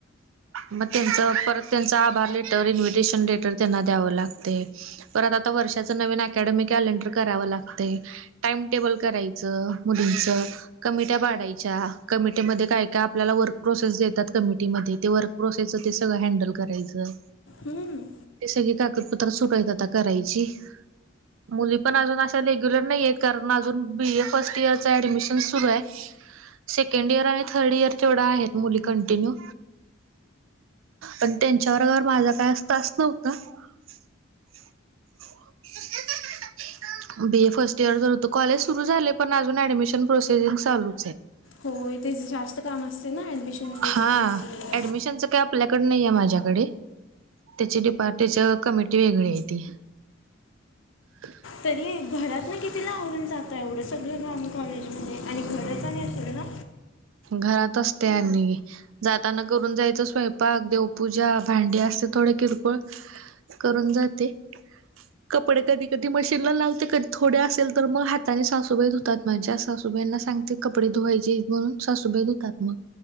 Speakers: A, on the right; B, on the left.
A: मग त्यांच परत त्यांचा आभार लेटर इन्व्हिटेशन लेटर त्यांना द्यावं लागतंय परत आता वर्षाच नवीन अकॅडमिक कॅलेंडर कराव लागते टाइम टेबल करायचं मुलींच कमी त्या पाडायच्या कमिटीमध्ये काय काय आपल्याला वर्क प्रोसेस देतात कमिटीमध्ये ते वर्क प्रोसेसच ते सगळं हँडल करायचं.
B: हं,
A: ते सगळी कागदपत्र सुटवत आता करायची. मुली पण अजून अशा रेग्युलर नाहीय कारण अजून बी ए फर्स्ट इयरचं ऍडमिशन सुरू आहे. सेकंड इयर आणि थर्ड इयर जेवढा आहेत मुली कंटिन्यू. आणि त्यांच्यावर माझा काय अस तास नव्हता. <inaudible> बी ए फर्स्ट इयर होत कॉलेज सुरू झाले पण अजून ऍडमिशन प्रोसेसिंग चालू.
B: हो इथे जास्त काम असते ना ऍडमिशन प्रोसिजर
A: हा ऍडमिशनचं काय आपल्याकडे नाही आहे माझ्याकडे त्याची डिपार्ट कमिटी वेगळी आहे ती ह.
B: तरी घरात नाही कितीला आवडून जात एवढं सगळं का आम कॉलेजमध्ये आणि घरच आणि असल ना.
A: घराात असतेनी जाताना करून जायचं स्वयंपाक देवपूजा भांडी असते थोडे किरकोळ करून जाते. कपडे कधी कधी मशीनला लावते कधी थोडे्या असेल तर मग हाताने सासूबाई धुतात माझ्या सासूबाईंना सांगते. कपडे धुवायचे म्हणून सासूभे धुतात मग